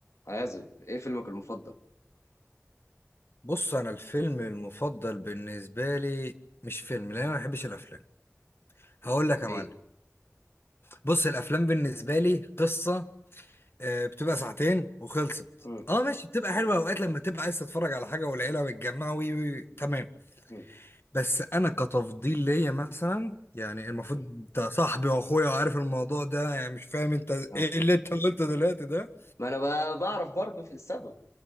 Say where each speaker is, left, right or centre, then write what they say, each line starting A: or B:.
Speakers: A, on the left; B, on the left.
A: عازب ايه فيلمك المفضل
B: بص انا الفيلم المفضل بالنسبه لي مش فيلم لان انا ما بحبش الافلام هقول
A: إيه
B: لك
A: ده ليه
B: يا معلم بص الافلام بالنسبه لي قصه آه، بتبقى ساعتين وخلصت
A: مم.
B: اه ماشي بتبقى حلوه
A: مم.
B: اوقات لما تبقى عايز تتفرج على حاجه والعيله ويتجمعوا وي وي وي، تمام
A: مم.
B: بس انا كتفضيل ليا مثلا يعني المفروض
A: مم.
B: انت صاحبي واخويا وعارف الموضوع ده يعني مش فاهم انت
A: آه.
B: ايه اللي انت قلته دلوقتي ده
A: ما انا ب- بعرف برضه في السبب